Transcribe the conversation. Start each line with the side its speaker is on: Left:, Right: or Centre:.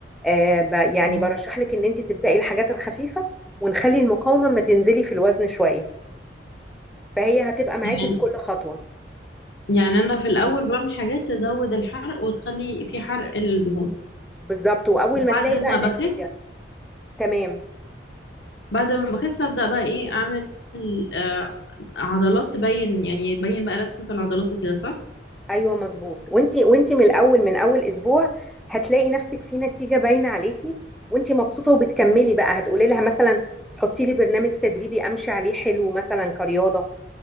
Centre: آه ب- يعني
Left: آه.
Centre: برشح لك ان انت تبداي الحاجات الخفيفه ونخلي المقاومه ما تنزلي في الوزن شويه فهي هتبقى معاكي
Left: يعني
Centre: في كل خطوة
Left: يعني انا في الاول بعمل حاجات تزود الحرق وتخلي في حرق للدهون
Centre: بالظبط واول
Left: بعد
Centre: ما تلاقي
Left: ما
Centre: بقى
Left: بخس
Centre: نتيجة تمام
Left: بعد ما بخس ابدا بقى ايه اعمل آه عضلات تبين يعني يبين بقى رسمه العضلات وكده صح
Centre: ايوه مظبوط وانتي وانتي من الاول من اول اسبوع هتلاقي نفسك في نتيجة باينة عليكي وانتي مبسوطة وبتكملي بقى هتقولي لها مثلا حطي لي برنامج تدريبي امشي عليه حلو مثلا كرياضة